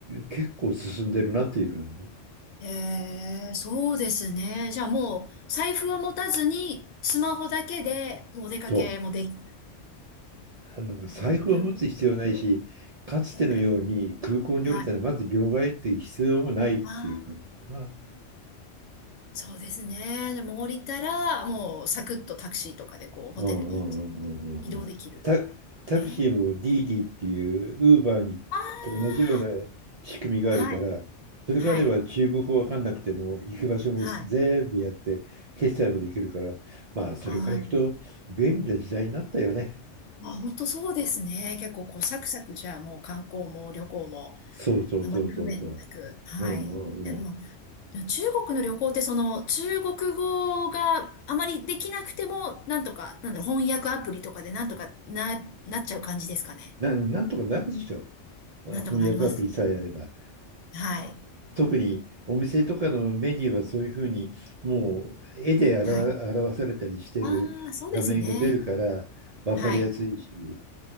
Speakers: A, on the right; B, on the left.
A: 結構進んでるなっていう感じ。
B: ええ、そうですね。じゃあもう、財布は持たずに、スマホだけで、もうお出かけもできる。
A: そう。なんか財布を持つ必要ないし、
B: なるほど。
A: かつてのように空港に降りたらまず両替っていう必要もないっていう感じかな。
B: ええ、はい。ああ、そうですね。じゃあもう降りたら、もうサクッとタクシーとかで、こう、ホテルに
A: うんうんうんうんうんうん。
B: 移動できる。
A: タ、タクシーもディーディっていうウーバーにと同じような
B: ええ、あ
A: 仕組みがあるから、
B: あ、はい、
A: それがあれば中国語わかんなくても行く場所も全部やって決済もできるから、
B: はい、はい。あ
A: まあそれから行くと便利な時代になったよね。
B: あ。あ、本当そうですね。結構こうサクサクじゃあもう観光も旅行も
A: そうそうそうそうそ
B: あまり不便なく。はい。
A: う。うんうんうん。
B: えまあ、でも中国の旅行ってその中国語があまりできなくてもなんとか、なんだろう、翻訳アプリとかでなんとかな、なっちゃう感じですかね。
A: な、なんとかなるでしょ。
B: なんとかなります。
A: 翻訳アプリさえあれば。
B: はい。
A: 特にお店とかのメニューはそういうふうにもう絵で表、
B: はい。
A: 表されたりしてる画面が出るから分かりやすいし、
B: ああ、そうですね。はい。